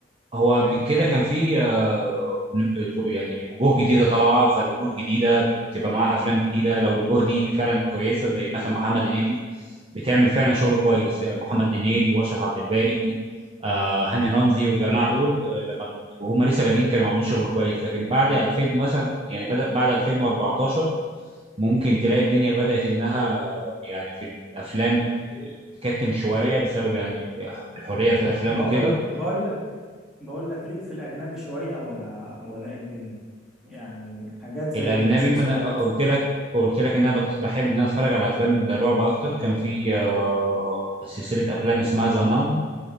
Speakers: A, on the right; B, in the centre.
A: هو قبل كده كان في آه، يعني وجوه جديده طالعه فالوجوه الجديده بتبقى معاها افلام جديده لو الوجوه دي فعلا كويسه زي مثلا محمد هنيدي بتعمل فعلا شغل كويس آه، محمد هنيدي واشرف عبد الباقي آه، هاني رمزي والجماعه دول آه، لما وهم لسه بادئين كانوا عاملين شغل كويس لكن بعد 2000 مثلا يعني بدأ بعد 2014 ممكن تلاقي الدنيا بدأت إنها يعني في الأفلام ت- تكتم شوية بسبب يعني الحرية في الأفلام
B: بقول
A: وكده
B: بقول لك بقول لك ليك في الاجنبي شويه ولا ولا إيه الدنيا يعني حاجات زي
A: الأجنبي
B: مسلسلات
A: ما أنا قلت لك قلت لك إن أنا بت- بحب إن أنا أتفرج على أفلام الرعب أكتر كان في آه، سلسلة أفلام اسمها ذا نان